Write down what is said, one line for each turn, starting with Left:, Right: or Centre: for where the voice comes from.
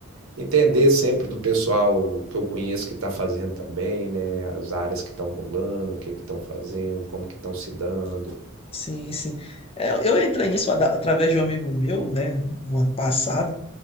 Right: entender sempre do pessoal que eu conheço que está fazendo também, né? As áreas que estão rolando, o que que estão fazendo, como que estão se dando.
Left: Sim, sim. É, eu entrei nisso ada- através de um amigo meu, né? No ano passado.